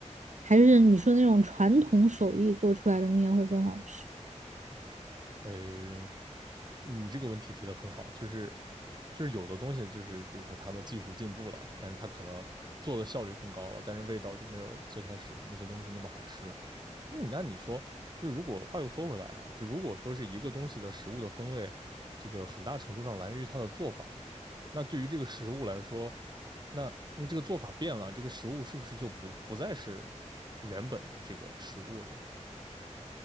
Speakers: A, on the right (about 75°); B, on the right (about 35°).
A: 还是你说那种传统手艺做出来的面会更好吃？
B: 诶，你这个问题提得很好，就是就是有的东西就是比如说它的技术进步了，但是它可能做的效率更高了，但是味道就没有最开始的那些东西那么好吃了。那你那你说，就如果话又说回来啊，就如果说是一个东西的食物的风味，这个很大程度上来源于它的做法。那对于这个食物来说，那你这个做法变了，这个食物是不是就不不再是原本的这个食物了？